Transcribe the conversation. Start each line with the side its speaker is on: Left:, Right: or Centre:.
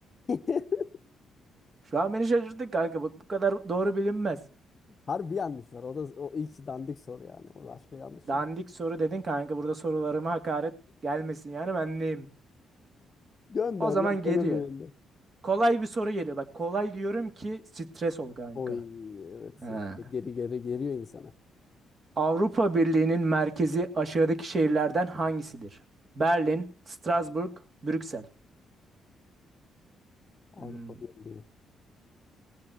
Left: <laughs>
Right: Şu an beni şaşırttın kanka. Bak bu kadar doğru bilinmez.
Left: Harbi yanlış var. O da o ilk dandik soru yani. O başka yanlış
Right: Dandik
Left: var.
Right: soru dedin kanka. Burada sorularıma hakaret gelmesin yani ben neyim?
Left: Gönder,
Right: O zaman
Left: gönder.
Right: geliyor.
Left: Öbürüne gönder.
Right: Kolay bir soru geliyor. Bak kolay diyorum ki stres ol kanka.
Left: Oy evet
Right: Ha.
Left: ya. Geri geri geliyor insana.
Right: Avrupa Birliği'nin merkezi aşağıdaki şehirlerden hangisidir? Berlin, Strasbourg, Brüksel.
Left: Avrupa
Right: Hmm.
Left: Birliği.